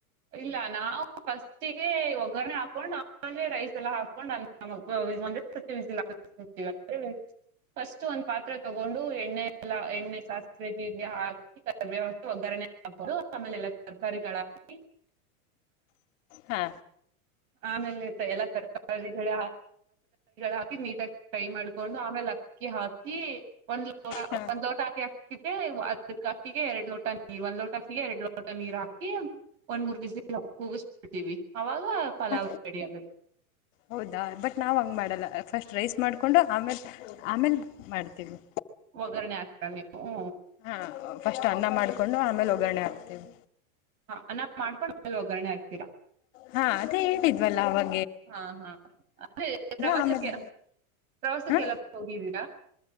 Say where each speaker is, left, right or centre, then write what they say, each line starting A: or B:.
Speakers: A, on the right (about 80°); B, on the left (about 60°).
A: ಇಲ್ಲ ನಾವು ಫಸ್ಟಿಗೆ ಒಗ್ಗರಣೆ ಹಾಕೊಂಡ್ಆಮೇಲೆ ರೈಸ್ ಎಲ್ಲ ಹಾಕೊಂಡ್ಂದೆಒಂದೆ ಸತಿ ವಿಜಿಲ್ ಹಾಕ್ ಕ್ಲ್ಜ್ ಫಸ್ಟ್ ಒಂದ್ ಪಾತ್ರೆ ತಗೊಂಡು ಎಣ್ಣೆ ಎಲ್ಲ ಎಣ್ಣೆ ಸಾಸಿ ಜೀರಿಗೆ ಹಾಕಿ ಕರಿಬೇವು ಒಗ್ಗರಣೆ ಹಾಕೋುದು ಆಮೇಲೆ ಎಲ್ಲಾ ತರ್ಕಾರಿಗಳ ಹಕ್
B: ಹಾ
A: ಆಮೇಲೆ ತೈಲ ತರಕಾರಿಗಳ ಹಾಕಿ ನೀಟಾಗಿ ಫ್ರೈ ಮಾಡ್ಕೊಂಡು ಆಮೇಲೆ ಅಕ್ಕಿ ಹಾಕಿ ಒಂದ ಲೋ ಹ
B: ಹಾ
A: ಒಂದು ಲೋಟ ಅಕ್ಕಿ ಹಾಕಿ ಹೀಗೆ ಅದಕ್ ಅಕ್ಕಿಗೆ ಎರಡ್ ಲೋಟ ನೀರ್ ಒಂದ್ ಲೋಟ ಅಕ್ಕಿಗೆ ಎರಡ್ ಲೋಟ ನೀರ್ ಹಾಕಿ ಒಂದ್ ಮೂರ್ ಬಿಸಿ ಕೂಗಿಸಸ್ಬಿಡ್ತೀವಿ ಅವಾಗ ಪಲಾವ್
B: ಹ
A: ರೆಡಿ ಆಗುತ್ತೆ
B: ಹೌದಾ ಬಟ್ ನಾವ್ ಹಂಗ ಮಾಡಲ್ಲ ಫಸ್ಟ್ ರೈಸ್ ಮಾಡಿಕೊಂಡು ಆಮೇಲೆ ಆಮೇಲೆ ಕುಕ್ ಮಾಡ್ತೀವಿ
A: ಒಗ್ಗರಣೆ ಆಗ್ತಾ ನೀವು
B: ಹಾ ಫಸ್ಟ್ ಅನ್ನ ಮಾಡ್ಕೊಂಡು ಆಮೇಲೆ ಒಗ್ಗರಣೆ ಹಾಕ್ತೀವಿ
A: ಹಾ ಅ ನಾ್ ಮಾಡ್ಕೊಂಡ ಒಗ್ಗರಣೆ ಆಗ್ತ <unintelligible>
B: ಹಾ ಅದೆ ಹೇಳ್ತಿದ್ವಲ್ಲ ಅವಾಗ
A: ಹಾ ಹಾ ಅ ಪ್ರವಾಸಕ್ಕೆ
B: ಆಮೇಲೆ
A: ಪ್ರವಾಸಕ್ಕೆಲ್ಲ
B: ಹಾ
A: ಹೋಗಿದೀರಾ